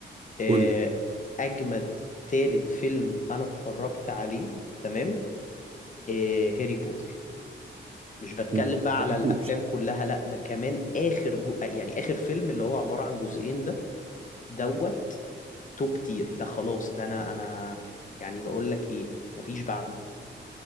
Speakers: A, on the left; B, on the right.
A: آه،
B: قول لي
A: اجمد تالت فيلم انا اتفرجت عليه تمام آه، هاري بوتر مش بتكلم
B: مم.
A: بقى
B: ما
A: على
B: قلتوش
A: الافلام كلها لا ده كمان اخر جو... يعني اخر فيلم اللي هو عبارة عن جزئين ده دوت توب تير ده خلاص ده انا انا يعني بقول لك ايه مفيش بعده